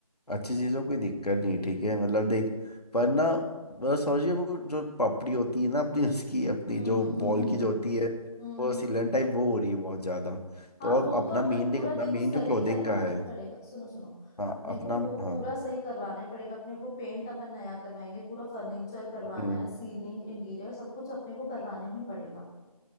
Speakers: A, on the left; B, in the centre.
A: अच्छी चीज़ों कोई दिक्कत नहीं है ठीक है मतलब देख पर ना मतलब समझिए वो जो पपड़ी होती है ना अपनी उसकी अपनी
B: हम्म
A: जो
B: हम्म हम्म
A: वॉल
B: हम्म
A: की जो होती है
B: हम्म
A: वो
B: हम्म,
A: सिलन
B: हम्म।
A: टाइप वो हो रही है बहुत ज़्यादा
B: हाँ
A: तो और
B: वो
A: अपना
B: तो अपन
A: मेन
B: पूरा
A: देख अपना
B: देखो
A: मेन
B: सही
A: जो क्लोथिंग
B: करवाना
A: का है
B: ही पड़ेगा सुनो सुनो
A: हाँ
B: अपने
A: अपना
B: को वो
A: हाँ
B: पूरा सही करवाना ही पड़ेगा अपने को पेंट अपन नया करवाएंगे पूरा फर्नीचर करवाना
A: हम्म
B: है सीलिंग इंटीरियर सब कुछ अपने को करवाना ही पड़ेगा